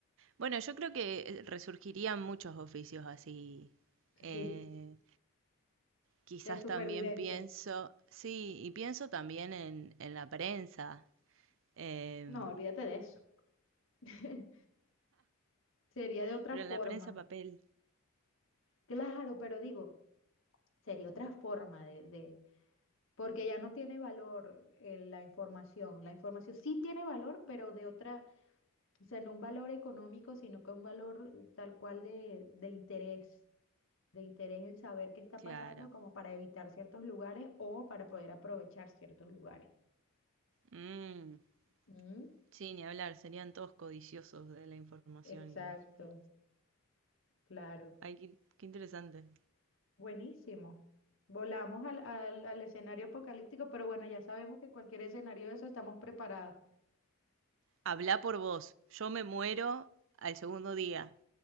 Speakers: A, on the right (about 55°); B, on the left (about 60°).
A: Bueno, yo creo que resurgirían muchos oficios así.
B: Sí,
A: Eh, quizás
B: de supervivencia.
A: también pienso, sí, y pienso también en, en la prensa, em,
B: No, olvídate de eso. <laughs> Sería de otra
A: pero
B: forma.
A: en la prensa papel,
B: Claro, pero digo, sería otra forma de, de- porque ya no tiene valor eh, la información. La información sí tiene valor, pero de otra, o sea, no un valor económico, sino que un valor eh, tal cual de, de interés, de interés en saber qué está
A: claro.
B: pasando como para evitar ciertos lugares o para poder aprovechar ciertos lugares.
A: Mm,
B: Mm,
A: sí, ni hablar, serían todos codiciosos de la información.
B: Exacto,
A: y-
B: claro.
A: Ay, qué, qué interesante.
B: Buenísimo. Volamos al, al, al escenario apocalíptico, pero bueno, ya sabemos que cualquier escenario de eso estamos preparadas.
A: Habla por vos. Yo me muero al segundo día.